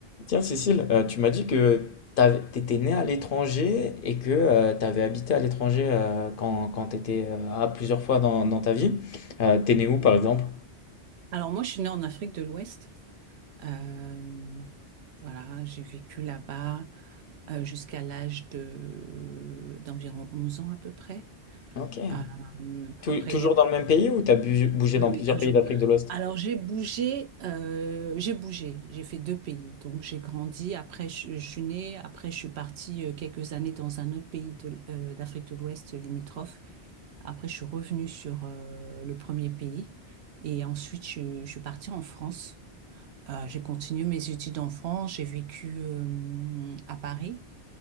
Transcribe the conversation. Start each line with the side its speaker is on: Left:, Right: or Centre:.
Left: Tiens, Cécile, euh, tu m'as dit que tu étais née à l'étranger et que tu avais habité à l'étranger euh, quand, quand tu étais plusieurs fois dans, dans ta vie. Euh, t'es née où, par exemple?
Right: Alors moi, je suis née en Afrique de l'Ouest. Euh, voilà, j'ai vécu là-bas euh, jusqu'à l'âge de d'environ 11 ans à peu près.
Left: Ok.
Right: Euh,
Left: Tou-
Right: après,
Left: toujours
Right: il y avait...
Left: dans le même pays ou t'as bu- bougé
Right: Oui,
Left: dans
Right: oui,
Left: plusieurs
Right: toujours.
Left: pays d'Afrique de l'Ouest?
Right: Alors j'ai bougé, euh, j'ai bougé, j'ai fait deux pays. Donc j'ai grandi, après je, je suis née, après je suis partie euh, quelques années dans un autre pays de- euh, d'Afrique de l'Ouest limitrophe. Après, je suis revenue sur euh, le premier pays et ensuite je, je suis partie en France. Euh, j'ai continué mes études en France, j'ai vécu euh, à Paris.